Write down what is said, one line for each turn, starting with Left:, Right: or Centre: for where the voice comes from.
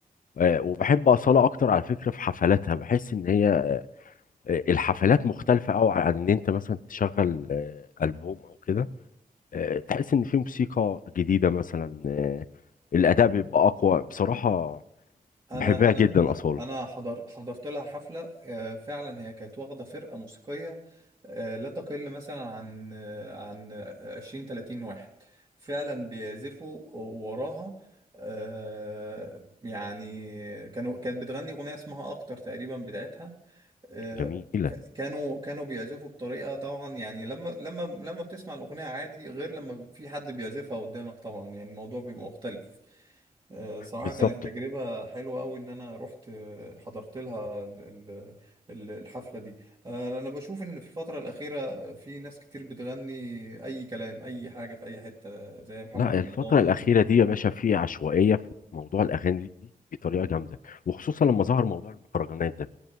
Left: آه، وبحب أصالة أكتر على فكرة في حفلاتها بحس إن هي آه، الحفلات مختلفة أوي عن إن أنت مثلا تشغل آه، ألبوم أو كده آه، تحس ان في موسيقى جديده مثلا آه، الاداء بيبقى اقوى بصراحه
Right: انا
Left: بحبها
Right: انا
Left: جدا اصاله
Right: انا حضر حضرت لها حفله آه، فعلا هي كانت واخده فرقه موسيقيه آه، لا تقل مثلا عن آه، عن 20 30 واحد فعلا بيعزفوا وراها آه، يعني كانوا كانت بتغني اغنيه اسمها اكتر تقريبا بتاعتها آه،
Left: جميله
Right: ك- كانوا كانوا بيعزفوا بطريقة طبعا يعني لما لما لما بتسمع الأغنية عادي غير لما في حد بيعزفها قدامك طبعا يعني الموضوع بيبقى مختلف آه، صراحة
Left: بالظبط
Right: كانت تجربة حلوة أوي إن أنا رحت آه، حضرت لها ال- ال- ال- الحفلة دي آه، أنا بشوف إن في الفترة الأخيرة في ناس كتير بتغني أي كلام أي حاجة في أي حتة زي محمد
Left: لا
Right: رمضان
Left: الفتره الاخيره
Right: أو
Left: دي يا باشا في عشوائيه في موضوع الاغاني دي بطريقه جامده وخصوصا لما ظهر موضوع المهرجانات ده